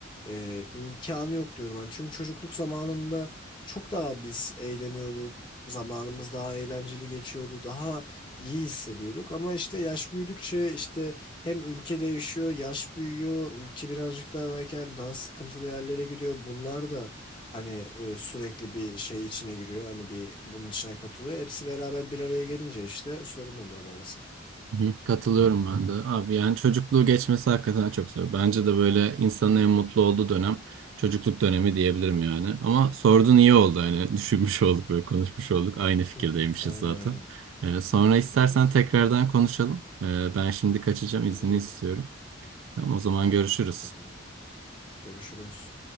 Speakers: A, on the left; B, on the right.
A: e, imkanı yok diyorum. Hani çünkü çocukluk zamanında çok daha biz eğleniyorduk. Zamanımız daha eğlenceli geçiyordu. Daha iyi hissediyorduk. Ama işte yaş büyüdükçe işte hem ülke değişiyor, yaş büyüyor, ülke birazcık daha belki hani daha sıkıntılı yerlere gidiyor. Bunlar da hani e, sürekli bir şey içine giriyor. Hani bir bunun içine katılıyor. Hepsi beraber bir araya gelince işte sorun oluyor maalesef.
B: Hı, Katılıyorum ben de. Abi yani çocukluğu geçmesi hakikaten çok zor. Bence de böyle insanın en mutlu olduğu dönem çocukluk dönemi diyebilirim yani. Ama sordun iyi oldu hani <laughs> düşünmüş olduk böyle konuşmuş olduk. Aynı fikirdeymişiz
A: <laughs> Aynen
B: zaten.
A: aynen.
B: Ee, sonra istersen
A: Evet.
B: tekrardan konuşalım. Ee, ben şimdi kaçacağım
A: Olur
B: izni
A: olur.
B: istiyorum. Tamam, o zaman
A: Tamam
B: görüşürüz.
A: kanka tamam. Görüşürüz.